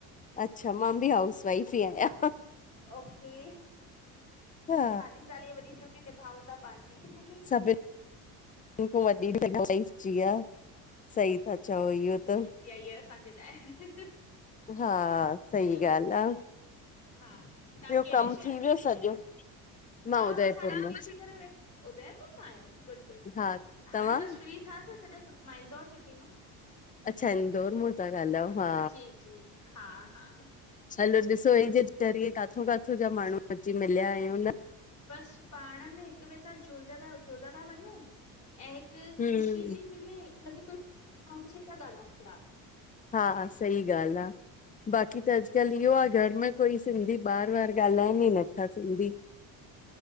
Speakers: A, on the left; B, on the left.
A: अच्छा मां बि हाउस वाइफ ही आहियां।
B: हा ओके,
A: हा
B: हाल साली वॾी ट्यूटी निभाऊ था पंहिंजी।
A: सभ वधीक <unintelligible> जीया सही था चओ इहो त।
B: आई आए असांजे लाइ।
A: हा
B: ॿियो
A: सही
B: ॿुध
A: ॻाल्हि आ
B: हा, तां
A: ॿियो
B: केड़े
A: कमु
B: शहर
A: थी
B: मां
A: वियो
B: दीदी?
A: सॼो? मां
B: हा
A: उदयपुर
B: बस हाणे फ्री
A: मां
B: थी करे वे, उदयपुर खांआहियो! गुॾ- गुॾ,
A: हा तव्हां
B: हाणे बस फ्री थियासु। सॼ मां इंदौर सिटी मां।
A: अच्छा इंदौर मां था ॻाल्हायो, हा।
B: जी जी, हा- हा
A: हलो ॾिसो हिन जे ज़रिए काथो- काथो जा माण्हू अची मिलिया आहियूं न।
B: बस पाण में हिक ॿिए सां जुड़ंदा ता -जुड़ंदा ता वञूं ऐं त
A: हम्म
B: ख़ुशी थी मिले हिन कि कोई माण्हू सां था ॻाल्हायूं पिया।
A: हा हा, सही ॻाल आ। बाक़ी त अॼुकल्ह इहो आ घर में कोई सिंधी ॿार वार ॻाल्हाइन ई नथा सिंधी। <inaudible>